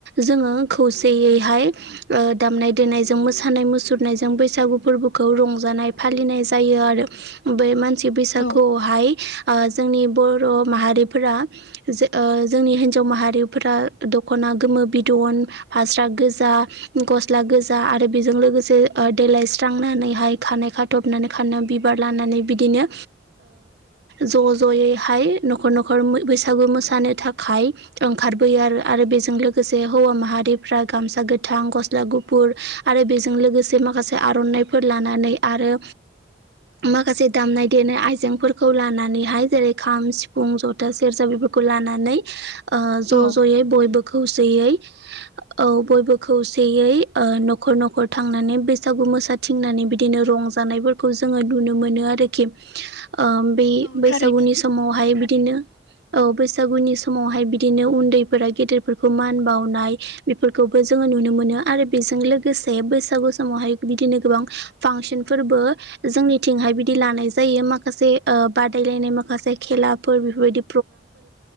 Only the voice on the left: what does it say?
औ
औ
<inaudible>
औ
थारैनो